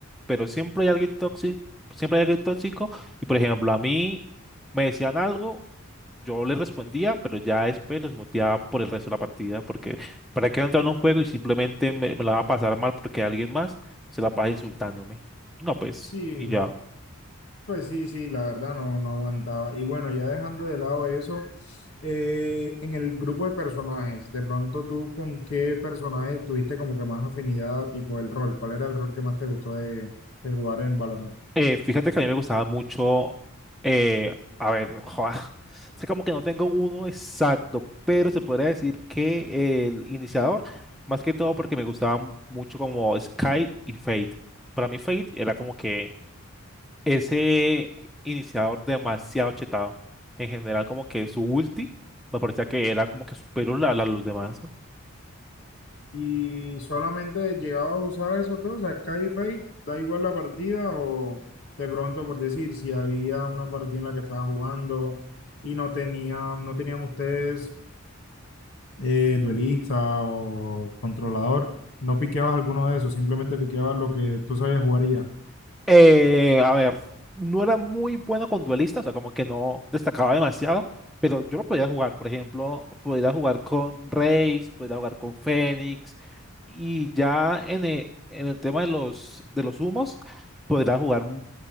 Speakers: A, in the centre; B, on the left (about 55°).
A: pero siempre hay alguien tóxico, siempre hay alguien tóxico. Y por ejemplo, a mí me decían algo, yo les respondía, pero ya después los muteaba por el resto de la partida, porque para qué entrar en un juego y simplemente me, me la va a pasar mal porque alguien más se la pasa insultándome. No, pues,
B: Sí,
A: y ya.
B: Pues sí, sí, la verdad no, no aguantaba. Y bueno, ya dejando de lado eso, eh, en el grupo de personajes, de pronto tú con qué personaje tuviste como que más afinidad, tipo el rol, ¿cuál era el rol que más te gustó de, de jugar en Valorant?
A: Eh, fíjate que a mí me gustaba mucho, eh, a ver, joa, <laughs> sé como que no tengo uno exacto, pero se podría decir que el iniciador, más que todo porque me gustaba mu- mucho como Sky y Fate. Para mí Fate era como que ese iniciador demasiado chetado. En general como que su ulti me parecía que era como que superior a, la- a los demás.
B: Y solamente llegaba a usar a esos dos, a Sky y Fate, da igual la partida o de pronto por decir, si había una partida en la que estaba jugando y no tenían, no tenían ustedes eh, duelista o controlador, no piqueabas alguno de esos, simplemente piqueabas lo que tú sabías jugar y ya.
A: Eh, a ver, no era muy bueno con duelistas, o sea, como que no destacaba demasiado, pero yo lo podía jugar, por ejemplo, podía jugar con Raze, podía jugar con Fénix, y ya en el, en el tema de los, de los humos, podía jugar un-